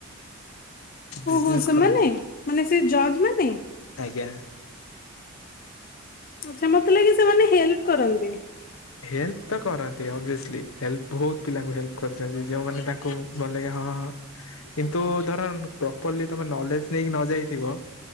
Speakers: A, on the left (about 80°); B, on the left (about 40°).
A: ବିଜନେସ
B: ଓହେ ସେମାନେ
A: ଖତମ
B: ମାନେ ସେ ଜଜ୍ ମାନେ
A: ଆଜ୍ଞା।
B: ଆଛା ମତେ ଲାଗେ ସେମାନେ ହେଲ୍ପ କରନ୍ତି।
A: ହେଲ୍ପ ତ କରନ୍ତି ଅଭିସଲି ହେଲ୍ପ ବହୁତ ପିଲା ହେଲ୍ପ କରିଛନ୍ତି ଯେଉମାନେ ତାଙ୍କୁ ଭଲ ଲାଗିବ ହଁ ହଁ ହଁ କିନ୍ତୁ ଧର ପ୍ରପରଲି ତମେ ନଲେଜ ଦେଇ ନଯାଇଥିବ